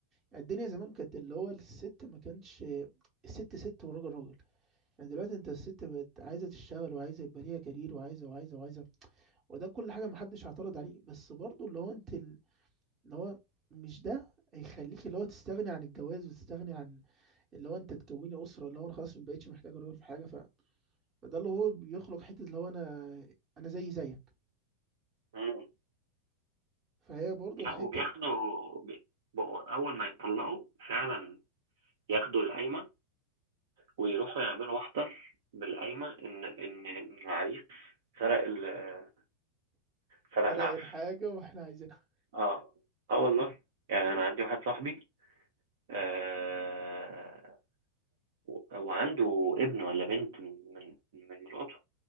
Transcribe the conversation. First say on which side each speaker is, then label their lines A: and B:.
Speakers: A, on the right; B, on the right.
A: يعني الدنيا زمان كانت اللي هو الست ما كانش الست ست والراجل راجل يعني دلوقتي انت الست بقت عايزه تشتغل وعايزه يبقى ليها كارير وعايزه وعايزه وعايزه وده كل حاجه محدش هيعترض عليه بس برضو اللي هو انت ال- اللي هو مش ده هيخليك اللي هو تستغني عن الجواز وتستغني عن اللي هو انت تكوني اسره اللي هو انا خلاص ما بقتش محتاج راجل في حاجه ف... فده اللي هو بيخلق حته اللي هو انا انا زي زيك
B: مم.
A: فهي برضو الحته
B: لا وبياخدوا بي- بقوا اول ما يتطلقوا فعلا ياخدوا القايمه ويروحوا يعملوا محضر بالقايمه ان ان إن العريس سرق ال- فلا
A: تلاقي
B: العفش
A: الحاجه واحنا عايزينها
B: اه اه والله يعني
A: اه؟
B: انا عندي واحد صاحبي آه و- وعنده ابن ولا بنت من من مراته